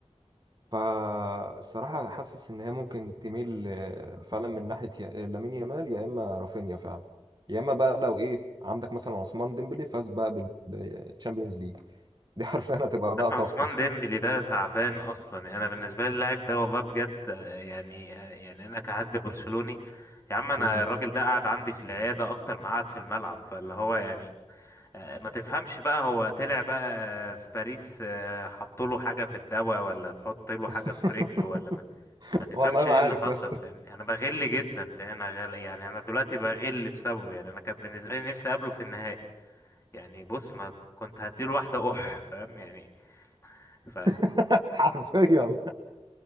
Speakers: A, on the right; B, on the left.
A: فالصراحة أنا حاسس إن هي ممكن تميل آه، فعلا من ناحية يا- لامين يامال يا إما رافينيا فعلا يا إما بقى لو إيه عندك مثلا عثمان ديمبلي فاز بقى بالتشامبيونز ليج دي حرفيا هتبقى بقى
B: اما
A: طفرة
B: عثمان ديمبلي ده تعبان اصلا يعني انا بالنسبه لي اللاعب ده والله بجد آه، يعني آه، يعني انا كحد برشلوني يا عم انا
A: مم.
B: الراجل ده قعد عندي في العياده اكتر ما قعد في الملعب فاللي هو يعني آه، ما تفهمش بقى هو طلع بقى في باريس آه، حط له حاجه في الدواء ولا تحط له
A: <laughs>
B: حاجه في رجله ولا ما, ما تفهمش
A: والله ما
B: ايه
A: عارف
B: اللي حصل
A: يا اسطى
B: فاهمني انا بغل جدا فاهم انا غل يعني انا دلوقتي بغل بسببه يعني انا كان بالنسبه لي نفسي اقابله في النهائي يعني بص ما كنت هديله واحده اح فاهم يعني ف...
A: <laughs> حرفيا